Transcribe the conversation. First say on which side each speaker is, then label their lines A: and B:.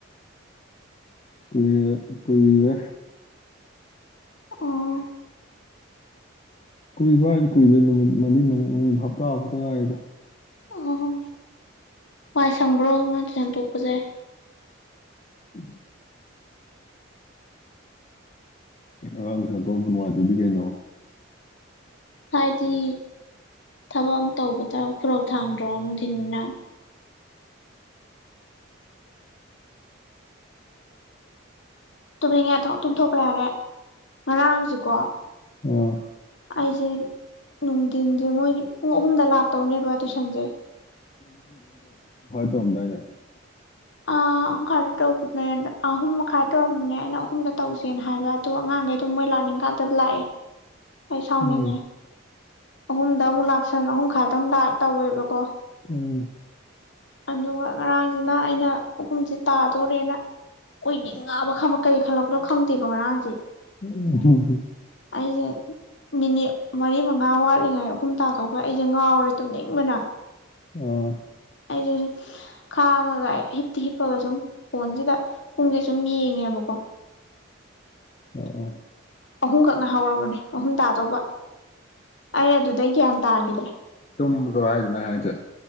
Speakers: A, on the left; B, on the left.
A: ꯀ ꯀꯣꯏꯗ
B: ꯑꯣ
A: ꯀꯨꯏꯕ꯭ꯔꯥꯏꯗꯤ ꯀꯨꯏꯗꯦ ꯅꯨꯃꯤꯠ ꯃꯔꯤ ꯃ ꯍꯞꯇꯥꯐꯥꯎꯛꯇ ꯉꯥꯏꯗ
B: ꯑꯣ ꯋꯥꯏ ꯁꯪꯕ꯭ꯔꯣ ꯉꯥ ꯇꯁꯟ ꯇꯣꯛꯄꯁꯦ
A: ꯎꯝ ꯑ ꯁꯟꯇ ꯅꯨꯡꯉꯥꯏꯇꯕꯗꯤ ꯀꯩꯅꯣ
B: ꯍꯥꯏꯗꯤ ꯊꯕꯛ ꯑꯃ ꯇꯧꯕꯗ ꯈꯨꯔꯧ ꯊꯥꯡꯗ꯭ꯔꯣ ꯅꯨꯡꯊꯤꯤꯟꯅ ꯇꯨꯝꯅꯤꯡꯉꯦꯊ ꯇꯨꯝꯊꯣꯛꯄ ꯌꯥꯔꯦ ꯉꯔꯥꯡꯁꯤꯀꯣ
A: ꯑꯣ
B: ꯑꯩꯁꯦ ꯅꯨꯡꯊꯤꯟꯁꯦ ꯃꯣꯏ ꯄꯨꯡ ꯑꯍꯨꯝꯗ ꯂꯥꯛꯇꯧꯅꯦꯕ ꯇꯨꯏꯁꯟꯁꯦ
A: ꯇꯣꯗꯣꯏꯅꯦ
B: ꯑ ꯑꯍꯨꯝꯈꯥꯏꯗ ꯇꯧꯕꯅꯦ ꯑꯍꯨꯝ ꯃꯈꯥꯏ ꯇꯧꯔꯝꯕꯅꯦ ꯑꯩꯅ ꯑꯍꯨꯝꯗ ꯇꯧꯁꯦꯅ ꯍꯥꯏꯕ ꯑꯗꯨ ꯑꯉꯥꯡꯈꯩ ꯑꯗꯨꯝ ꯃꯣꯏ ꯂꯥꯛꯅꯤꯡꯀꯥꯟꯗ ꯂꯥꯛꯑꯦ ꯑꯩ ꯁꯥꯎꯅꯤꯡꯉꯦ
A: ꯎꯝ
B: ꯑꯍꯨꯝꯗ ꯑꯃꯨꯛ ꯂꯥꯛꯁꯟ ꯑꯍꯨꯝ ꯈꯥꯏꯗꯨꯛ ꯇꯧꯦꯕꯀꯣ
A: ꯎꯝ
B: ꯑꯗꯨꯒ ꯉꯔꯥꯡꯁꯤꯅ ꯑꯩꯅ ꯑꯍꯨꯝꯁꯦ ꯇꯥꯗꯣꯔꯦꯅ ꯑꯣꯏꯅꯤꯡꯉꯕ ꯈꯪꯕ ꯀꯩ ꯈꯜꯂꯛꯄꯅꯣ ꯈꯪꯗꯦꯕ ꯉꯔꯥꯡꯁꯦ
A: ꯎ ꯍ
B: ꯑꯩꯁꯦ ꯃꯤꯅꯤꯠ ꯃꯔꯤ ꯃꯉꯥꯋꯥ ꯂꯩꯉꯥꯏ ꯑꯍꯨꯝ ꯇꯥꯗꯧꯕ ꯑꯩꯁꯦ ꯉꯥꯎꯔꯦ ꯇꯨꯝꯅꯤꯡꯕꯅ
A: ꯑ
B: ꯑꯩꯁꯦ ꯈꯥꯡꯉꯒ ꯍꯤꯞꯇꯤ ꯍꯤꯞꯄꯒ ꯁꯨꯝ ꯐꯣꯟꯁꯤꯗ ꯄꯨꯡꯁꯦ ꯁꯨꯝ ꯌꯦꯡꯉꯦꯕꯀꯣ
A: ꯑ ꯑ
B: ꯑꯍꯨꯝꯈꯛꯅ ꯍꯧꯔꯕꯅꯦ ꯑꯍꯨꯝ ꯇꯥ ꯇꯧꯕ ꯑꯩ ꯑꯗꯨꯗꯩ ꯒ꯭ꯌꯥꯟ ꯇꯥꯈꯤꯗ꯭ꯔꯦ
A: ꯇꯨꯝꯕꯗꯔꯣ ꯍꯥꯏꯖꯦ ꯅꯪ ꯍꯥꯏꯖꯦ